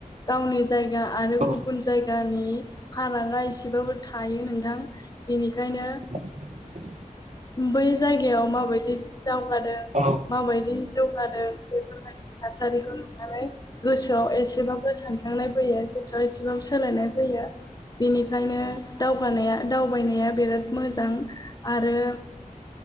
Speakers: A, on the left; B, on the right.
A: गावनि जाय गा आरो
B: औ
A: गुबुन जायगानि फारागा एसेबाबो थायो नोंथां बेनिखायनो
B: <inaudible>
A: बै जायगायाव माबायदि दावगादों
B: औ
A: माबायदि जौगादों बेफोरबायदि थासारिखौ नुनानै गोसोआव एसेबाबो सानखांनाय फैयो गोसोआव एसेबाबो सोलायनाय फैयो । बेनिखायनो दावगानाया दावबायनाया बिराद मोजां आरो